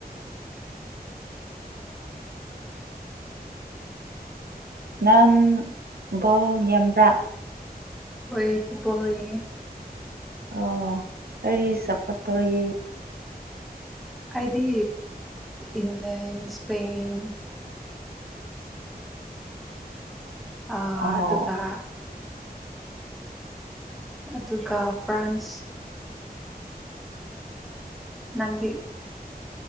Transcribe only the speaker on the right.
ꯅꯪꯕ ꯅꯦꯝꯕꯥ
ꯑꯣ ꯀꯔꯤ ꯁꯄꯣꯔꯠ ꯇꯧꯏ
ꯑꯣ